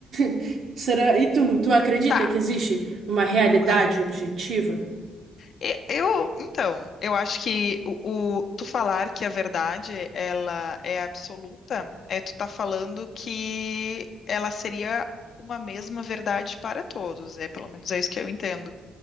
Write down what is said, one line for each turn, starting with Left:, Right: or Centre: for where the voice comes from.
Right: <laughs> Será? E tu, tu acredita
Left: Tá,
Right: que existe uma realidade
Left: né?
Right: objetiva?
Left: E- Eu, então, eu acho que o, o- tu falar que a verdade ela é absoluta, é tu tá falando que ela seria uma mesma verdade para todos, é pelo menos é isso que eu entendo.